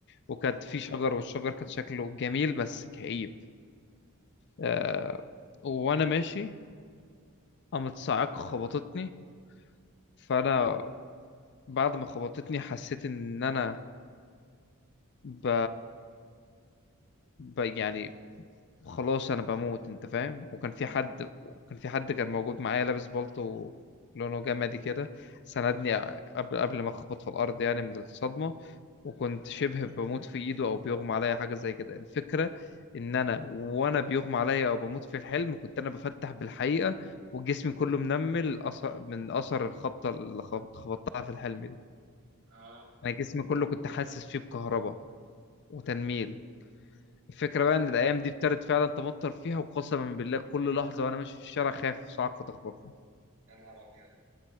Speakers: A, on the left; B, on the right.
A: وكانت
B: اه
A: في شجر والشجر كان شكله جميل بس كئيب آه
B: اه
A: وانا ماشي قامت صاعقة خبطتني فانا بعد ما خبطتني حسيت ان انا ب... ب... يعني خلاص انا بموت انت فاهم وكان في
B: اه
A: حد وكان في حد كان موجود معايا لابس بالطو لونه جمدي كده سندني قبل قبل ما اخبط في الارض يعني من الصدمه وكنت شبه بموت في ايده او بيغمى عليا حاجه زي كده الفكره ان انا وانا بيغمى عليا او بموت في الحلم كنت انا بفتح بالحقيقه وجسمي كله منمل أثر من اثر الخبطه اللي خبط- خبطتها في الحلم دي
B: اه
A: انا جسمي كله كنت حاسس فيه بكهرباء وتنميل الفكرة بقى إن الأيام دي ابتدت فعلا تمطر فيها وقسما بالله كل لحظة وأنا ماشي في الشارع خايف صاعقة تخبطني
B: يا نهار ابيض